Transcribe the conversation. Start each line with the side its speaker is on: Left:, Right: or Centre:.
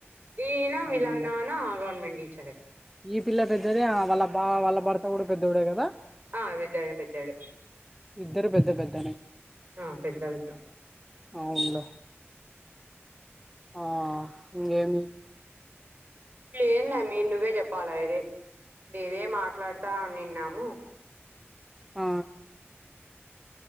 Right: ఈయన వీళ్ళ
Centre: అవునులే
Right: నాన్న గవర్నమెంట్ టీచరే
Centre: ఈ పిల్ల పెద్దదే వాళ్ళబ్బా వాళ్ళ భర్త కూడ పెద్దవుడే కద
Right: ఆ పెద్దాడు పెద్దాడు
Centre: ఇద్దరు పెద్ద పెద్దనే
Right: ఆ పెద్ద పెద్ద
Centre: అవునులే ఆ ఇంగేమి
Right: ఏం లే అమ్మి నువ్వే చెప్పాల అదే నేనేే మాట్లాడుతా నిన్నాము
Centre: ఆ